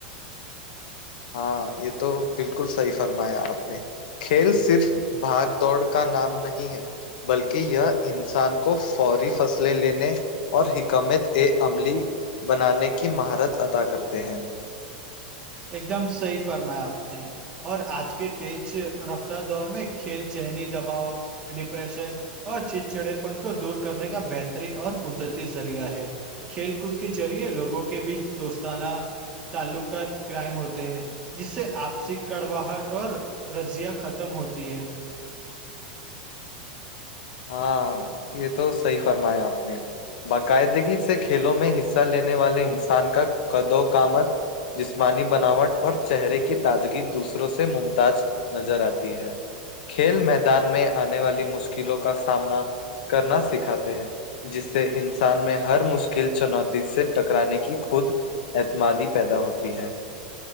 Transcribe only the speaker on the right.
ایک دم صحیح فرمایا آپ نے اور آج کے تیج رفتار دور میں کھیل چذہنی دباؤ ڈپریشن اور چڑچڑےپن کو دور کرنے کا بہترین اور قدرتی ذریعہ ہے کھیل کود کے ذریعے لوگوں کے بیچ دوستانہ تعلقات کرائم ہوتے ہیں جس سے آپسی کڑواہٹ اور رضیا ختم ہوتی ہے